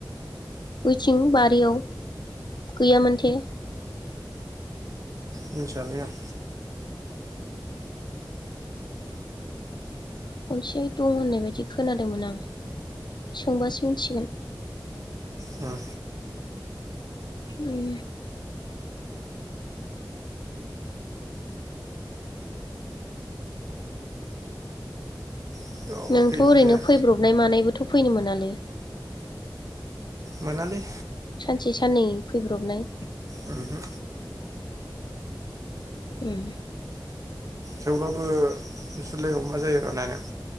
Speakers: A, on the left; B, on the right.
A: ओइथिं बारियाव गैयामोनथे
B: मिनथियालै आं
A: खनसे दं होननाय बायदि खोनादोंमोन आं सोंबासो मिनथिसिगोन
B: उम
A: उम
B: उम
A: नोंथ'
B: फैयोना
A: ओरैनो
B: फैया
A: फैब्रबनाय मानायबोथ' फैनो मोनालै?
B: मोनालै
A: सानसे साननै फैब्रबनाय
B: ओमहो
A: ओम
B: थेवब्लाबो जुलाइयाव मा जायो र नायनां।